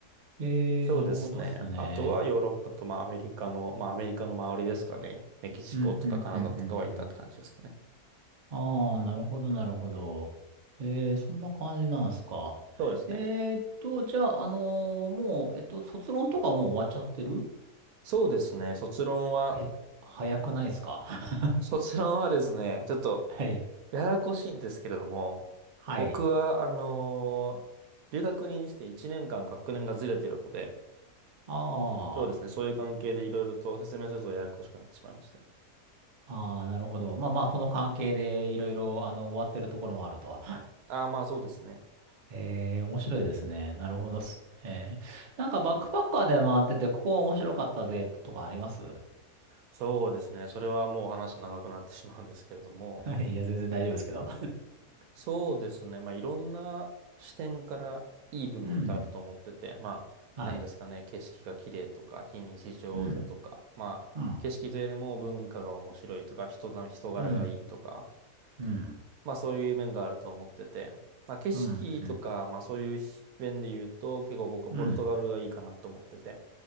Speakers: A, on the right; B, on the right.
A: ええ、
B: そうですね。
A: なるほどっすね。
B: あとはヨーロッパと、まあ、アメリカの、まあ、アメリカの周りですかね。メキシコとかカナダとかは行ったって感じですかね。
A: うん、うん、うん、うん、うん。ああ、なるほど、なるほど。ええ、そんな感じなんすか。
B: そうですね。
A: えーっと、じゃあ、あのーもう、えっと、卒論とかはもう終わっちゃってる
B: そうですね。卒論は、
A: え、早くないっすか <laughs>
B: 卒論はですね、ちょっと、
A: はい。
B: ややこしいんですけれども、
A: はい。
B: 僕は、あのー留学にして1年間学年がずれてるので、
A: あ
B: そうですね、そういう関係でいろいろと説明するとややこしくなってしまいますね。
A: あ、ああ、なるほど。まあまあ、その関係でいろいろ、あの、終わってるところもあると。
B: ああ、まあそうですね。
A: ええ、面白いですね。なるほどっす。ええ、なんかバックパッカーで回ってて、ここは面白かったぜってとかあります
B: そうですね、それはもう話すと長くなってしまうんですけれども、
A: <laughs> いや、全然大丈夫ですけど。
B: そうですね、まあいろんな視点からいい部分ってあると思ってて、
A: うん。
B: まあ、
A: はい。
B: なんですかね、景色が綺麗とか、非日常だとか、
A: うん。
B: まあ、
A: うん。
B: 景色というよりも文化が面白いとか、人並み、人柄がいいとか、
A: うん。うん。
B: まあそういう面があると思ってて、まあ景色とか、
A: うん。うん。
B: まあそういう面で言うと、結構僕はポルトガルがいいかなと思ってて。
A: うん